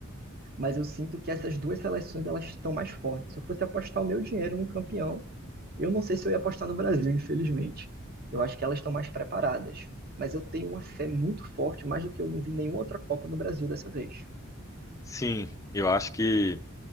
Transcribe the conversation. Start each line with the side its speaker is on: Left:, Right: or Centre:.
Right: mas eu sinto que essas duas seleções elas estão mais fortes. Se eu fosse apostar o meu dinheiro num campeão, eu não sei se eu ia apostar no Brasil, infelizmente. Eu acho que elas estão mais preparadas, mas eu tenho uma fé muito forte, mais do que eu não vi nenhuma outra Copa no Brasil dessa vez.
Left: Sim, eu acho que